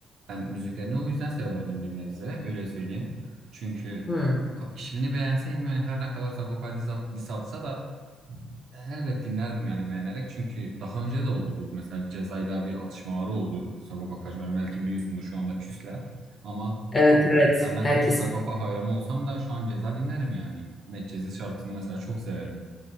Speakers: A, on the right; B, on the left.
A: Ben müziklerini o yüzden sevemedim bir nebze. Öyle söyleyeyim. Çünkü
B: Hmm.
A: ka- kişiliğini beğenseydim yani her ne kadar Sagopa diss diss atsa da elbet dinlerdim yani beğenerek. Çünkü daha önce de oldu bu. Mesela Ceza'yla bir atışmaları oldu. Sagopa Kajmer'in belki biliyorsundur şu anda küsler. Ama
B: Evet evet
A: her ne
B: herkesin
A: kadar Sagopa hayranı olsam da şu an Ceza dinlerim yani. Medcezir şarkısını mesela çok severim.